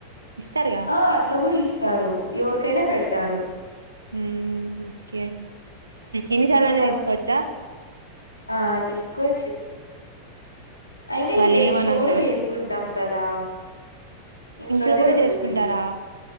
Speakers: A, on the right; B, on the left.
A: ఇస్తారుగా
B: ఆ అట్లా కూడా ఇస్తారు యోవరికైనా పెడతారు.
A: ఉహు హు ఓకే ఎన్నిసార్లు
B: ఇంకా
A: అన్న
B: ప
A: తీసుకోవచ్చా.
B: ఆ తీసుకోచ్చు. అయినా
A: వాళ్ళు
B: ఇంకా
A: ఏమనంత
B: ఇంట్లో కూడా
A: వరకు
B: చేసుకుంటాం కదా. ఇంట్లోదే
A: ఇంట్లో కూడా
B: ఉంటుంది.
A: చేసుకుంటారా